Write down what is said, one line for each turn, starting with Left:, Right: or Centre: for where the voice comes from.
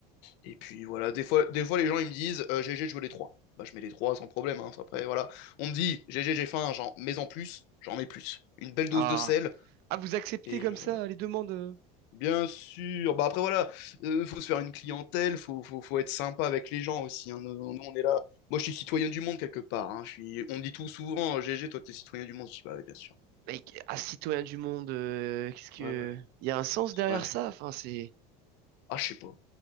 Left: Et puis voilà, des fois, des fois les gens ils me disent euh, GG, je veux les trois. Bah je mets les trois sans problème, hein. Après voilà, on me dit GG, j'ai faim, j'en mets en plus, j'en mets plus. Une belle dose
Right: Ah.
Left: de sel
Right: Ah, vous acceptez
Left: et
Right: comme
Left: euh,
Right: ça les demandes? euh
Left: Bien sûr. Bah après voilà, euh, faut se faire une clientèle, faut, faut, faut être sympa avec les gens aussi. hein. Nous, nous, on est là. Moi je suis citoyen du monde quelque part. hein. Je suis... On me dit tout souvent, euh, GG, toi t'es citoyen du monde. Je dis bah ouais, bien sûr.
Right: Mec, un citoyen du monde, euh, qu'est-ce que...
Left: Ouais ouais
Right: Il y a un sens derrière
Left: ouais.
Right: ça? Enfin, c'est...
Left: Ah je sais pas.